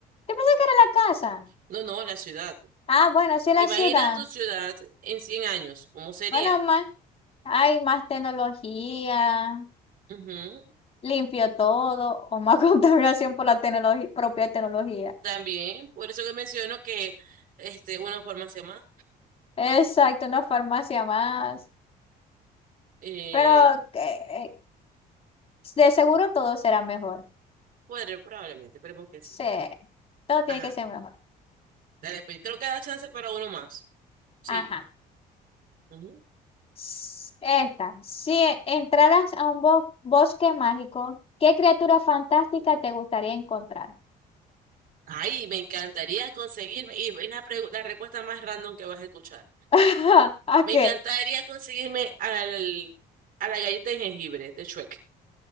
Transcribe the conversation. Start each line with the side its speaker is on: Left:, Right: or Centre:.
Left: yo pensé que era la casa.
Right: No, no, la ciudad.
Left: Ah, bueno, sí,
Right: Imagina
Left: la ciudad.
Right: tu ciudad en 100 años, ¿cómo sería?
Left: Bueno, más. Hay más tecnología,
Right: Ujú,
Left: limpio todo, o más <laughs> contaminación por la tecnología propia tecnología.
Right: También, por eso que menciono que este, una forma más llama
Left: Exacto, una farmacia más.
Right: eh,
Left: Pero que- de seguro todo será mejor.
Right: podre, probablemente, esperemos que sí.
Left: Sí, todo tiene
Right: Ajá,
Left: que ser mejor.
Right: dale, pues creo que da chance para uno más. Sí.
Left: Ajá.
Right: ujú.
Left: S- Esta, si entraras a un bo- bosque mágico, ¿qué criatura fantástica te gustaría encontrar?
Right: Ay, me encantaría conseguirme, y es la, pregu- la respuesta más random que vas a escuchar.
Left: <laughs> ¿A
Right: Me
Left: qué?
Right: encantaría conseguirme al, a la galleta de jengibre de Shrek,